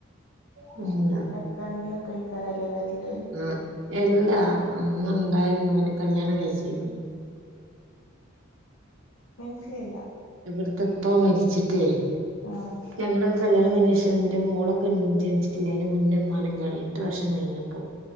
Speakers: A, on the right; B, on the left.
A: <unintelligible>
B: ഇപ്പളെങ്കിലും കയിക്കാനല്ലേ വരല്
A: ആഹ് എല്ലാ അന്ന് ഉണ്ടായിരുന്നു അന് കല്യാണം കഴിച്ചിന്ന്
B: മനസ്സിലായില്ല
A: ഇവിടത്തെ ഉപ്പ മരിച്ചിട്ടേ
B: ആഹ്
A: ഞങ്ങള് കല്യാണംകഴിഞ്ഞതിന് ശേഷം എൻന്റെ മോളൊക്കെ ജനിച്ചിട്ടില്ല അന്റെ മുന്നേ ഉമ്മാനെ കല്ല്യാണം എട്ട് വർഷം കഴിഞ്ഞിപ്പോൾ